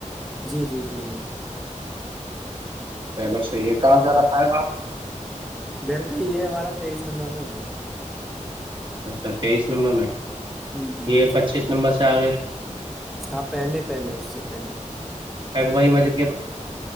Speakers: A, in the centre; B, on the right.
A: جی جی جی جی
B: چلو صحیح ہے کہاں جا رکھا ہے کام
A: گھر پہ ہی ہمارا تیئیس نمبر میں گا
B: اچھا تیئیس نمبر میں
A: ہ
B: یہ پچیس نمبر سے آگئے
A: ہاں پہلے پہلے اس سے پہلے
B: ایک باری مجھے